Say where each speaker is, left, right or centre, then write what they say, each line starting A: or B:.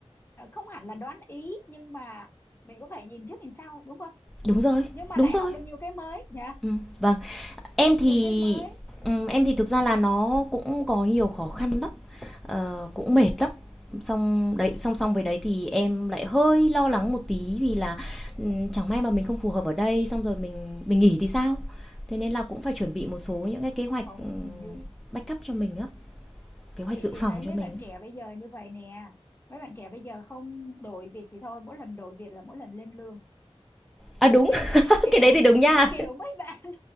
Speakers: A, on the left (about 20°); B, in the centre.
A: à, không hẳn là đoán ý nhưng mà mình cũng phải nhìn trước nhìn sau đúng không
B: đúng rồi
A: nhưng mà
B: đúng
A: lại
B: rồi
A: học được nhiều cái mới nhỉ
B: ừ, vâng em
A: học được
B: thì
A: nhiều cái mới
B: ừ, em thì thực ra là nó cũng có nhiều khó khăn lắm Ờ, cũng mệt lắm. Xong đấy song song với đấy thì em lại hơi lo lắng một tí vì là, ừm, chẳng may mà mình không phù hợp ở đây, xong rồi mình mình nghỉ thì sao? Thế nên là cũng phải chuẩn bị một số những cái kế hoạch,
A: ông
B: ừm,
A: như
B: backup cho mình á, kế hoạch
A: chị
B: dự
A: thì
B: phòng
A: thấy mấy
B: cho mình
A: bạn
B: á.
A: trẻ bây giờ như vậy nè mấy bạn trẻ bây giờ không đổi việc thì thôi mỗi lần đổi việc là mỗi lần lên lương
B: À, đúng, <laughs>
A: <laughs> kiểu
B: cái đấy thì đúng nha.
A: kiểu mấy bạn <laughs>